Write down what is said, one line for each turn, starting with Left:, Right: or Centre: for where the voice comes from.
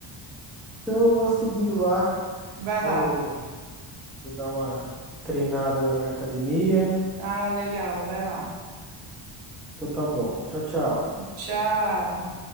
Centre: Então eu vou seguindo lá
Right: vai
Centre: Vou,
Right: lá.
Centre: vou dar uma treinada agora na academia.
Right: Ah, legal, vai lá.
Centre: Então tá bom. Tchau, tchau.
Right: Tchau.